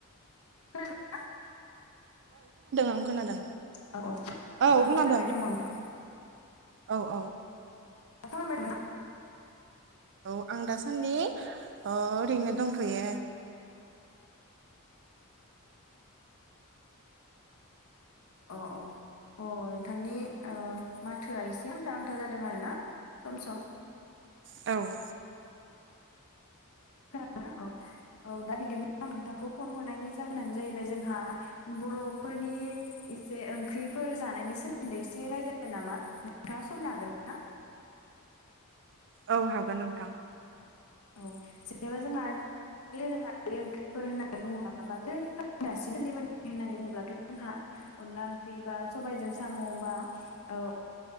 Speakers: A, on the left (about 75°); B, on the right (about 55°).
A: हेलौ
B: आं खोनादों
A: औ औ
B: औ
A: आंबो
B: खोनादों
A: खोनाबाय दङ नोंथां
B: औ औ औ
A: मा खालामबाय दं नोंथां?
B: औ आं दासान्दि ओरैनो दंथ'यो
A: अ अ अ नोंथांनि ओ माथोआ एसे नांथा नांथा जादों आरोना सम सम।
B: औ
A: खोनादोंना औ औ दा बिदिनो आं नोंथांखौ फन हरनायनि जाहोनानो जाहैबाय जोंहा बर'फोरनि एसे ओंख्रिफोर जानायनि सोमोन्दै एसे रायज्लाय नामा नोंथाङा समनो हागोन ना
B: औ हागोन नोंथां
A: औ जेनेबा जोंहा दोरोङारि ओंख्रिफोर होननानै बुङोब्ला बा गोदोनिफ्राय दासिम सोलिबोनाय होननानै बुंब्लाथ' जोंहा अनला ओंख्रि बा सबायजों साम' बा ओ